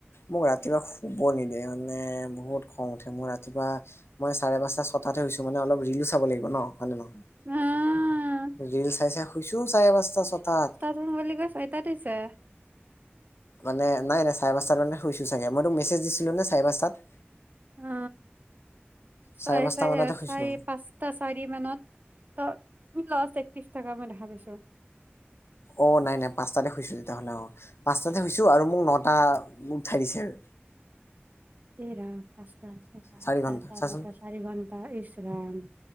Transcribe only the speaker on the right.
আহ
ত' <unintelligible> ছয়তাত হুইছে।
উ, চাৰি-চাই
আ
চাৰি পাঁচ তা চাৰি মানত ত' লষ্ট একত্ৰিশ থকা মই দেখা পাইছোঁ।
য়ে ৰাম পাঁচটা <unintelligible> সাতটা
আঠটা
নতা চাৰি ঘণ্টা, ইছ ৰাম।